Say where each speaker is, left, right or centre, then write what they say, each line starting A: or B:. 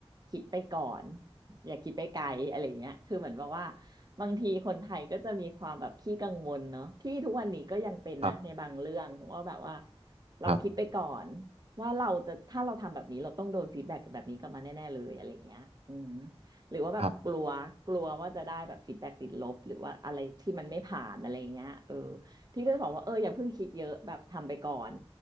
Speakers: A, on the right; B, on the right.
A: คิดไปก่อนอย่าคิดไปไกลอะไรเงี้ยคือเหมือนแบบว่าบางทีคนไทยก็จะมีความแบบขี้กังวลเนาะพี่ทุกวันนี้ก็ยังเป็นนะในบางเรื่องว่าแบบว่า
B: ครับ
A: เราคิดไปก่อน
B: ครับ
A: ว่าเราจะถ้าเราทำแบบนี้เราต้องโดนฟีดแบ็กแบบนี้กลับมาแน่ๆเลยอะไรเงี้ยอืมหรือว่าแบบกลัวกลัวว่าจะได้แบบฟีดแบ็กติดลบหรือว่าอะไรที่มันไม่ผ่านอะไรเงี้ยเออ
B: ครับ
A: พี่ก็จะบอกว่าเอออย่าเพิ่งคิดเยอะแบบทำไปก่อน